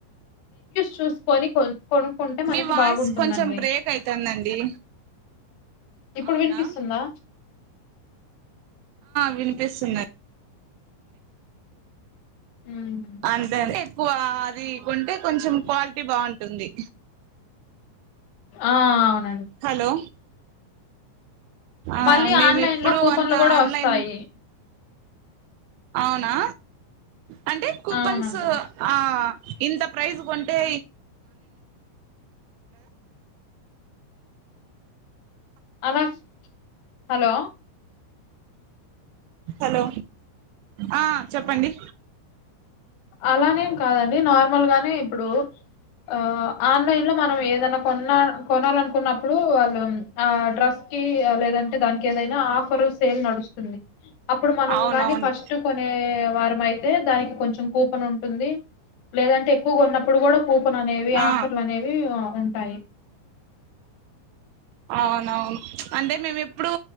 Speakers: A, on the left; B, on the right.
A: చూసుకోని కొ కొనుక్కుంటే మనకి
B: మీ వాయిస్
A: బాగుంటుందండి
B: కొంచెం బ్రేక్ అవుతుందండి
A: ఇప్పుడు
B: అవునా
A: వినిపిస్తుందా
B: వినిపిస్తున్నా
A: హ్మ్.
B: అంతే అంతే ఎక్కువ అది ఉంటే కొంచెం క్వాలిటీ బాగుంటుంది
A: ఆను
B: హలో ఆ
A: మళ్ళీ
B: మేము
A: ఆన్లైన్
B: ఎప్పుడు
A: లో కూపన్లు
B: అంత
A: కూడా
B: ఆన్లైన్
A: వస్తాయి
B: అవునా అంటే కూపన్స్
A: అవునండి
B: ఆ ఇంత ప్రైస్ కొంటే
A: అలా హలో
B: హలో ఆ చెప్పండి
A: అలానేం కాదండి నార్మల్ గానే ఇప్పుడు ఆ ఆన్లైన్ లో మనం ఏదైనా కొన్నా కొనాలనుకున్నప్పుడు వాళ్ళు ఆ డ్రెస్ కి లేదంటే దానికి ఏదైనా ఆఫర్ సేల్ నడుస్తుంది ఇ అప్పుడు మనం
B: అవునవును
A: గాని ఫస్ట్ కొనే వారం అయితే దానికి కొంచెం కూపన్ ఉంటుంది లేదంటే ఎక్కువగా ఉన్నప్పుడు కూడా కూపన్ అనేవి
B: ఆ,
A: ఆఫర్లు అనేవి ఉంట ఫై
B: అవునవును అంటే మేము ఇప్పుడు